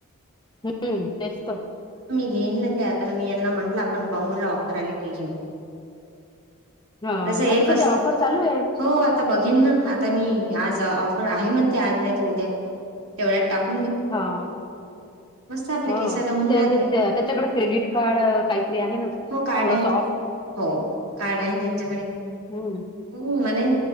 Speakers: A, on the left; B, on the right.
A: हुम्म तेच तर
B: येईल ना ते आता मी यांना म्हंटलं आपण पाहु म्हणला ऑफर आले की घे
A: हा.
B: कस एकच
A: आता सध्या ऑफर चालू आहे.
B: हो आता बघ घेईना आता मी आज ऑफर आहे म्हण ते आज नाही तू उद्या तेवढ्यात टाक
A: हा.
B: आपल्या
A: हो
B: केसाला
A: त्या
B: होऊन जाते
A: त्याच्यांकडे क्रेडिट कार्ड काहीतरी आहे ना
B: हो कार्ड
A: थोडंस
B: आहेत
A: आ
B: हो कार्ड आहे त्यांच्याकडे
A: हम्म
B: हु म्हणेण